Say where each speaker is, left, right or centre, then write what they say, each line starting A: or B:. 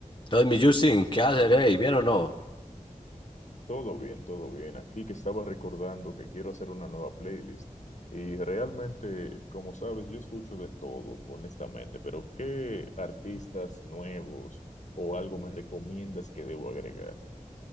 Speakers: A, on the left (about 35°); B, on the left (about 60°).
A: Entonces, mi Justin, ¿qué hacer, eh? ¿Bien o no?
B: Todo bien, todo bien. Aquí que estaba recordando que quiero hacer una nueva playlist. Y realmente, como sabes, yo escucho de todo, honestamente, pero ¿qué artistas nuevos o algo me recomiendas que debo agregar?